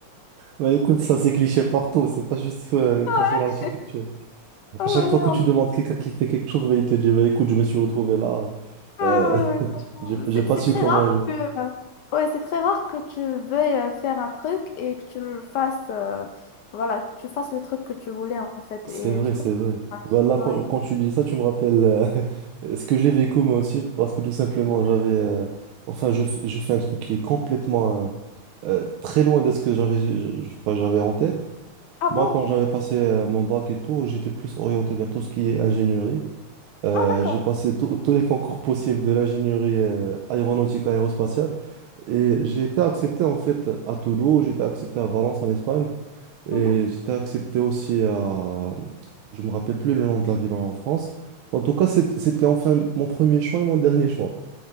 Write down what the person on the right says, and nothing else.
Bah écoute, ça c'est cliché partout, c'est pas juste euh,
concernant l'architecture.
À chaque
fois que
tu demandes quelqu'un qui fait quelque chose, bah, il te dit, bah écoute, je me suis retrouvé là,
euh,
<laughs>
j'ai j'ai
pas
su
comment...
C'est
vrai,
c'est
vrai.
Bah là,
quand, quand tu dis ça, tu me rappelles euh, <laughs> ce que j'ai vécu moi aussi, parce que tout simplement, j'avais... euh, enfin, je, f- je fais un truc qui est complètement euh, euh, très loin de ce que j'avais je- je- enfin, j'avais en tête.
Moi,
quand j'avais passé euh, mon bac et tout, j'étais plus orienté vers tout ce qui est ingénierie. Euh,
j'ai passé tous tous les concours possibles de l'ingénierie euh, aéronautique aérospatiale et j'ai été accepté en fait à Toulouse, j'ai été accepté à Valence en Espagne. Et
j'étais accepté aussi à... Je me rappelle plus le nom de la ville en France. En tout cas, c'est- c'était enfin mon premier choix et mon dernier choix.